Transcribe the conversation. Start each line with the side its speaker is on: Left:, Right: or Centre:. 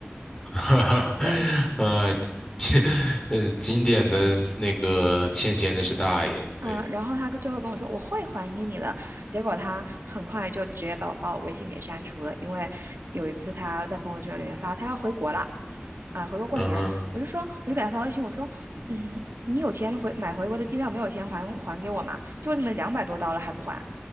Left: <laughs> 哈哈，
Right: 对，
Left: 呃，经呃经典的那个欠钱的是大爷，
Right: 啊、
Left: 对，
Right: 然后他最后跟我说我会还给你的，结果他很快就直接把我把我微信给删除了，因为有一次他在朋友圈里面发他要回国了，啊、回国过年，
Left: 嗯哼，
Right: 我就说我就给他发微信，我说嗯，你有钱回买回国的机票，没有钱还还给我嘛？就这么两百多刀了还不还，